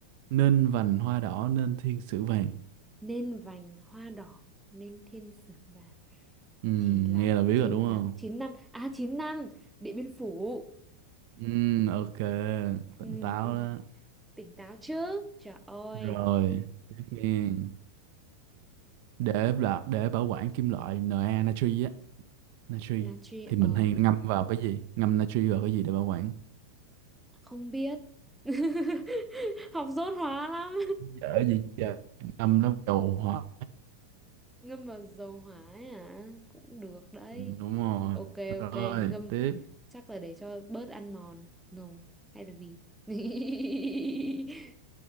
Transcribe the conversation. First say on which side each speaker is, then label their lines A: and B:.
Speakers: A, on the right; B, in the centre.
A: nên vành hoa đỏ nên thiên sử vàng.
B: nên vành hoa đỏ nên thiên sứ vàng
A: Ừ,
B: thì là
A: nghe là biết
B: chiến
A: rồi đúng
B: thắng
A: không?
B: chín năm à chín năm Điện Biên Phủ <laughs>
A: Ừ, ok, tỉnh
B: Ừ,
A: táo đó.
B: tỉnh táo chứ trời ơi
A: Rồi, tiếp nghe. Để là để bảo quản kim loại Na natri á, natri
B: natri
A: thì mình
B: ờ
A: hay ngâm vào cái gì? Ngâm natri vào cái gì để bảo quản?
B: không biết <laughs> học dốt hóa lắm
A: dở gì trời năm nó đầu hóa
B: <laughs> ngâm vào dầu hỏa ấy hả cũng được đấy
A: Ừ, đúng rồi
B: ok ok
A: rồi
B: ngâm
A: tiếp
B: chắc là để cho bớt ăn mòn no hay là gì <laughs>